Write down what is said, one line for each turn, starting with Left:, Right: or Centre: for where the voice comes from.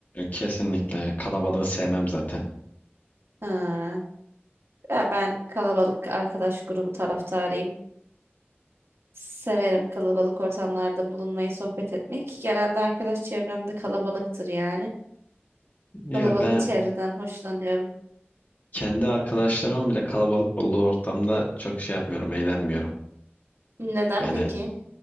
Left: Kesinlikle kalabalığı sevmem zaten.
Right: Ha. Ya ben kalabalık arkadaş grubu taraftarıyım. Severim kalabalık ortamlarda bulunmayı, sohbet etmek. Genelde arkadaş çevrem de kalabalıktır yani.
Left: Ya
Right: Kalabalık
Left: ben
Right: çevreden hoşlanıyorum.
Left: kendi arkadaşlarımın bile kalabalık olduğu ortamda çok şey yapmıyorum, eğlenmiyorum.
Right: Neden
Left: Yani
Right: peki?